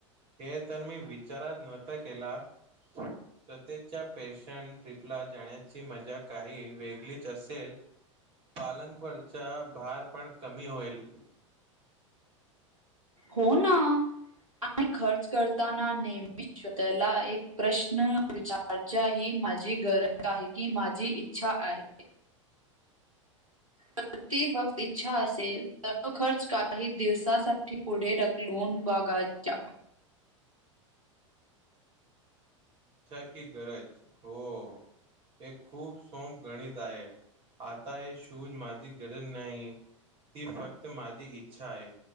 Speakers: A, on the right (about 35°); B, on the right (about 90°).
A: हे तर मी विचारचं नव्हता केला. स्वतःच्या पैशान ट्रिप ला जाण्याची मजा काही वेगळीच असेल. पालंक वरचा भार पण कमी होईल.
B: हो ना आणि खर्च करताना नेहमी स्वतःला एक प्रश्न विचारचे आहे ही माझी गरज आहे, की माझी इच्छा आहे? जर ती फक्त इच्छा असेल तर तो खर्च काही दिवसांसाठी पुढे ढकलून बघायचा.
A: इच्छा की गरज हो हे खूप सोंप गणित आहे. आता हे शूज माझी गरज नाही, ती फक्त माझी इच्छा आहे.